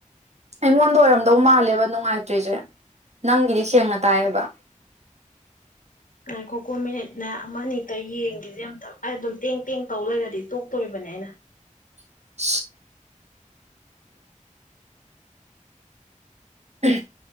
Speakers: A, on the right (about 55°); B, on the left (about 80°).
A: ꯑꯩꯉꯣꯟꯗ ꯑꯣꯏꯔꯝꯗꯧ ꯃꯥꯜꯂꯦꯕ ꯅꯨꯡꯉꯥꯏꯇ꯭ꯔꯤꯖꯦ ꯅꯪꯒꯤꯗꯤ ꯁꯦꯡꯅ ꯇꯥꯏꯌꯦꯕ
B: ꯉꯥꯏꯈꯣꯀꯣ ꯃꯤꯅꯤꯠꯅꯦ ꯑꯃꯅꯤꯛꯇ ꯌꯦꯡꯒꯤꯁꯤ ꯑꯝꯇ ꯑꯗꯨꯝ ꯇꯦꯡ ꯇꯦꯡ ꯇꯧ ꯂꯩꯔꯗꯤ ꯇꯣꯛꯇꯣꯔꯤꯕꯅꯦ ꯑꯩꯅ
A: ꯑꯟꯑꯣꯗꯤꯕꯜ ꯑ